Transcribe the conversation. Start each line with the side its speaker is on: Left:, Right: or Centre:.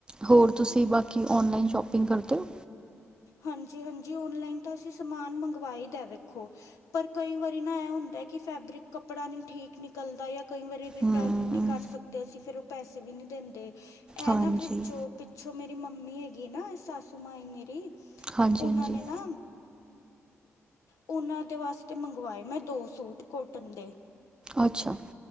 Right: ਹੋਰ ਤੁਸੀਂ ਬਾਕੀ ਔਨਲਾਈਨ ਸ਼ੋਪਿੰਗ ਕਰਦੇ ਓ।
Left: ਹਾਂਜੀ-ਹਾਂਜੀ ਓਨਲਾਈਨ ਤਾਂ ਅਸੀਂ ਸਮਾਨ ਮੰਗਵਾਈ ਦਾ ਵੇਖੋ ਪਰ ਕਈ ਵਾਰੀ ਨਾ ਇਹ ਹੁੰਦਾ ਕਿ ਫੈਬਰਿਕ ਕੱਪੜਾ ਨੀਂ ਠੀਕ ਨਿਕਲਦਾ ਯਾ ਕਈ ਵਾਰੀ ਰਿਟਰਨ
Right: ਹਮ
Left: ਨਈ ਕਰ ਸਕਦੇ ਅਸੀਂ ਫਿਰ ਓ ਪੈਸੇ ਵੀ ਨਈ ਦਿੰਦੇ। ਇਹ
Right: ਹਾਂਜੀ
Left: ਨਾ ਵੀ ਜੋ ਪਿੱਛੋਂ ਮੇਰੀ ਮੰਮੀ ਹੈਗੀ ਨਾ ਸਾਸੂ ਮਾਈ ਮੇਰੀ
Right: ਹਾਂਜੀ
Left: ਉਹਨਾਂ
Right: ਹਾਂਜੀ
Left: ਨੇ ਨਾ ਉਹਨਾ ਦੇ ਵਾਸਤੇ ਮੰਗਵਾਏ ਮੈਂ ਦੋ ਸੂਟ ਕੋਟਨ ਦੇ
Right: ਅੱਛਾ